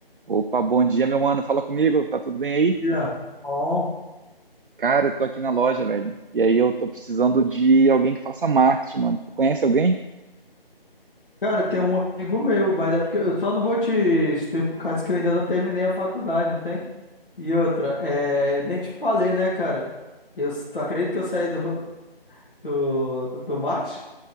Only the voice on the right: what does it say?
Opa, bom dia, meu mano. Fala comigo, tá tudo bem aí?
Cara, eu tô aqui na loja, velho. E aí eu tô precisando de alguém que faça marketing, mano. Tu conhece alguém?